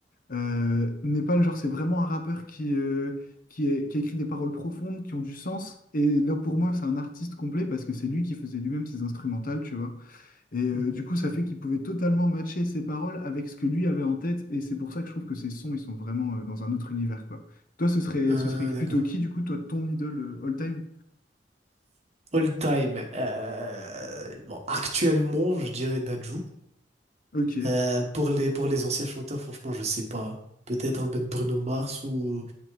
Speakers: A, on the left; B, on the right.
A: Euh, Népal, genre, c'est vraiment un rappeur qui, euh, qui, est- qui a écrit des paroles profondes, qui ont du sens. Et là, pour moi, c'est un artiste complet parce que c'est lui qui faisait lui-même ses instrumentales, tu vois. Et euh,
B: Mhm.
A: du coup, ça fait qu'il pouvait totalement matcher ses paroles avec ce que lui avait en tête. Et c'est pour ça que je trouve que ses sons, ils sont vraiment euh, dans un autre univers, quoi. Toi, ce serait,
B: Euh,
A: ce serait plutôt
B: d'accord.
A: qui, du coup, toi, ton idole euh, all time?
B: All time. euh, bon, actuellement, je dirais Dadju.
A: Ok.
B: Euh, pour les pour les anciens chanteurs, franchement, je sais pas. Peut-être un peu de Bruno Mars ou